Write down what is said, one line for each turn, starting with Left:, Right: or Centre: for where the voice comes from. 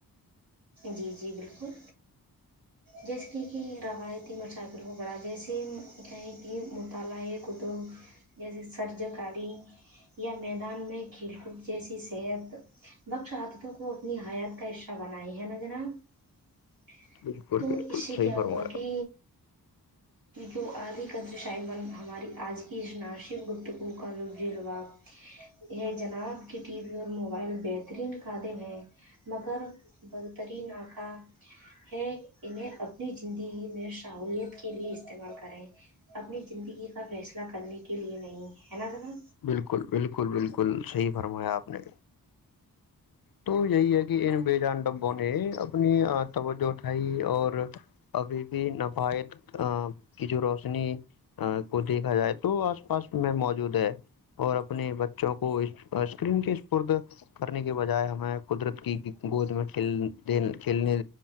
Right: جی جی بالکل جیسے کہ روایتی موٹر سائیکل کو بڑا جیسےیں کہ موٹر کال ہے کت جیسے سرجکاری <unintelligible> یا میں دان میں کھیل کود جیسے صحت بخش آادتوں کو اپنی حیات کا حصہ بنائے ہیں ن جرا <unintelligible>
Left: بالکل
Right: تو
Left: بالکل
Right: اس سے
Left: صحیح
Right: کیا
Left: فرمایا
Right: ہوگا کہ جو آگے کے <unintelligible> ج شاہ من ہماری آج ہی ک ناشی بٹ کا لبظیلاب یہ جناب کی ٹی وی اور موبائل بہترین کادم ہیں مگر بدترین ناکہ ہے انہیں اپنی زندگی میں سہولیت کے لیے استعمال کریں اپنی زندگی کا فیصلہ کرنے کے لیے نہیں ہے ن جانا
Left: بالکل بالکل بالکل صحیح فرمایا آپ نے تو یہی ہے کہ ان بیےجان ڈبوں نے اپنی توجہ اٹھائی اور ابھی بھی نفایت ا کی جو روشنی کو دیکھا جائے تو آس پاس میں موجود ہے اور اپنے بچوں کو اسکرین کے اسپد کرنے کے بجائے ہم ہم قدرت کی گود میں کھیلنے